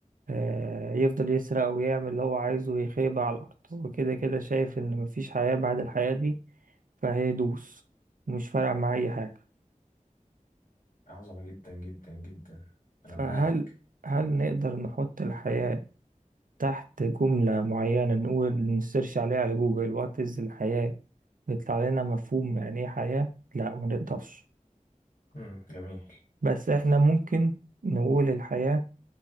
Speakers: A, on the right; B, on the left.
A: آه، يفضل يسرق ويعمل اللي هو عايزه ويخيب على الأرض هو كده كده شايف إن مفيش حياة بعد الحياة دي فهيدوس مش فارقة مع أي حاجة
B: عظمة جدا جدا جدا أنا
A: فهل
B: معاك
A: هل نقدر نحط الحياة تحت جملة معينة نقول نسيرش عليها على جوجل وات إز الحياة بيطلع لنا مفهوم يعني إيه حياة؟ لا ما نقدرش
B: مم. جميل
A: بس إحنا ممكن نقول الحياة